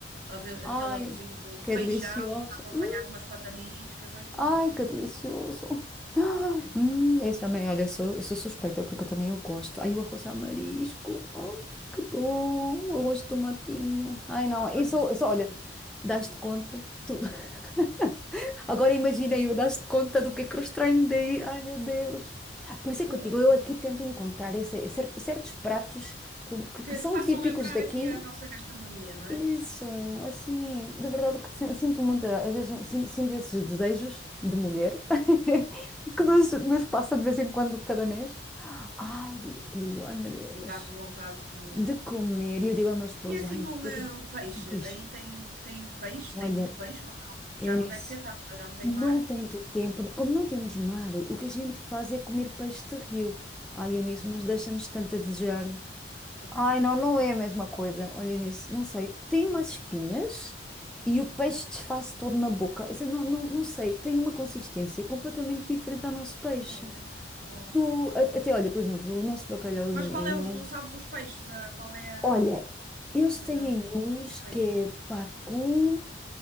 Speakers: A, on the right; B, in the centre.
A: arre-
B: Ai,
A: aquele arrozinho de, de
B: que
A: feijão,
B: delicioso.
A: para acompanhar
B: Hum,
A: com umas pataniscas, ai, é tão
B: ai,
A: bom.
B: que delicioso. <gasps> Ah,
A: <laughs>
B: hum, eu também, olha, sou, eu sou suspeita porque eu também eu gosto. Ai, o arroz a marisco. Ai, que bom. O arroz de tomatinho. Ai, não,
A: Também
B: isso,
A: gosto
B: isso olha,
A: muito de arrozinho de
B: dás-te
A: marisco.
B: conta. de Tudo. <laughs> Agora imaginei eu, dás-te conta do que é que eu estranho daí. Ai, meu Deus. Por isso é
A: Pois.
B: que eu digo, eu aqui tento encontrar esse- cer- certos pratos que, que- que
A: Que,
B: são
A: que façam
B: típicos
A: lembrar
B: daqui,
A: aqui a nossa gastronomia, não é?
B: Isso, assim, de verdade que sin- sinto muito, às vezes sin- sinto esses desejos de mulher <laughs> que
A: Uhum.
B: nos, nos passa de vez em quando, cada mês. Ai, eu digo, ai meu Deus,
A: Exato, vontade de comer.
B: de comer. E eu digo ao meu esposo,
A: E é assim
B: ai,
A: um,
B: o que
A: eh,
B: é que a gente
A: um peixe,
B: diz?
A: aí tem, tem peixe,
B: Olha,
A: tem muito peixe ou não?
B: Eunice,
A: Já não deve ter tanto, mas já não tem
B: não
A: mar?
B: tanto tempo, como não temos mar, o que a gente faz é comer peixe de rio. Ai, Eunice,
A: Ok,
B: mas deixa-nos tanto a desejar.
A: acredito.
B: Ai, não, não é a mesma coisa. Olha nisso, não sei. Tem umas espinhas e
A: Uhum.
B: o peixe desfaz todo na boca. Quer dizer, Não, não, não sei, tem uma consistência completamente diferente ao nosso peixe.
A: Olha, oh.
B: Tu, a- até olha, por exemplo, o nosso bacalhauzinho.
A: Mas qual é os, não sabes os peixes, a, qual é a
B: Olha, eles
A: qualidade,
B: têm aí uns
A: tipo de peixe?
B: que é pacu,